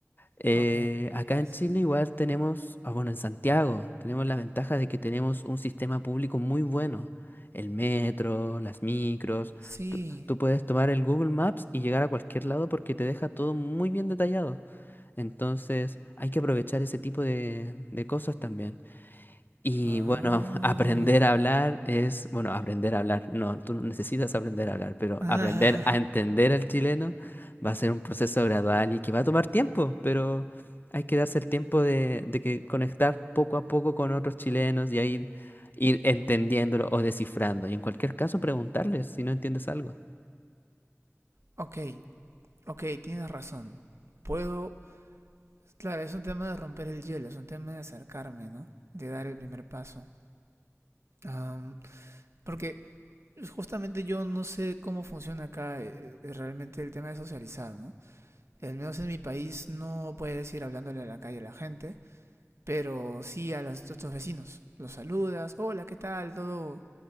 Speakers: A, on the left; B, on the right.
A: Eh,
B: Ok,
A: acá
B: gracias.
A: en Chile igual tenemos, ah, bueno, en Santiago tenemos la ventaja de que tenemos un sistema público muy bueno, el metro, las micros,
B: Sí.
A: tú, tú puedes tomar el Google Maps y llegar a cualquier lado porque te deja todo muy bien detallado. Entonces hay que aprovechar ese tipo de, de cosas también. Y
B: Ah.
A: bueno, <laughs> aprender a hablar es, bueno, aprender a hablar, no, tú no necesitas aprender a hablar, pero
B: Ah,
A: aprender a entender al chileno va a ser un proceso gradual y que va a tomar tiempo, pero hay que darse el tiempo de, de que conectar poco a poco con otros chilenos y ahí ir entendiéndolo o descifrando. Y en cualquier caso, preguntarles si no entiendes algo.
B: ok, ok, tienes razón. Puedo... Claro, es un tema de romper el hielo, es un tema de acercarme, ¿no? De dar el primer paso. Am, porque justamente yo no sé cómo funciona acá eh, eh, realmente el tema de socializar, ¿no? Al menos en mi país no puedes ir hablándole a la calle a la gente, pero sí a, los, a tus vecinos. Los saludas, hola, ¿qué tal? Todo,